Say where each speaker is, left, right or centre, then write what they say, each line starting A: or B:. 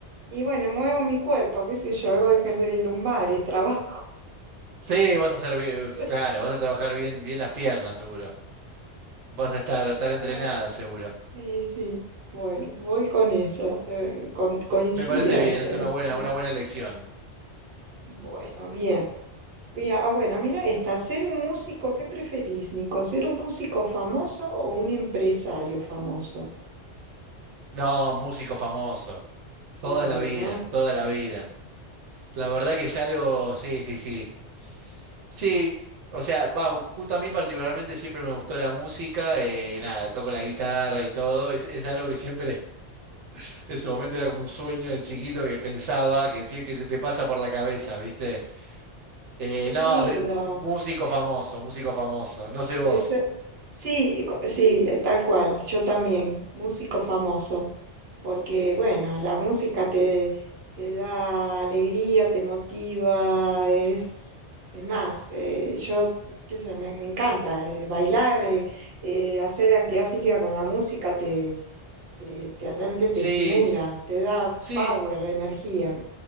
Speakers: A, on the right; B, on the right.
A: Y bueno, muevo mi cuerpo, qué sé yo, algo de ejercicio de lumbares, trabajo.
B: Sí, vas a hacer
A: <laughs>
B: bien,
A: Sí,
B: claro, vas a trabajar bien, bien las piernas, seguro. Vas a estar, estar
A: Ah,
B: entrenada, seguro.
A: sí. sí. Bueno, voy con eso, eh, con- coincido.
B: Me parece bien,
A: eh,
B: es una buena,
A: no.
B: una buena elección.
A: Bueno, bien. Bien, Ah, bueno, mira esta. ¿Ser un músico, qué preferís, Nico? ¿Ser un músico famoso o un empresario famoso?
B: No, músico famoso.
A: Sí,
B: Toda la vida,
A: ¿no?
B: toda la vida. La verdad que es algo, sí, sí, sí. Sí, o sea, va, justo a mí particularmente siempre me gustó la música, eh, nada, toco la guitarra y todo, es, es algo que siempre <laughs> en su momento era como un sueño de chiquito que pensaba, que, sí- que se te pasa por la cabeza, ¿viste? Eh,
A: Qué
B: no,
A: lindo.
B: se- músico famoso, músico famoso, no sé vos.
A: De eso- Sí, co- sí, eh, tal cual. Yo también, músico famoso. Porque, bueno, la música te, te da alegría, te motiva, es... Es más, eh, yo, qué sé yo, me, me encanta eh, bailar, eh, eh, hacer actividad física con la música te, te- realmente te
B: Sí,
A: estimula, te da
B: sí,
A: power, energía.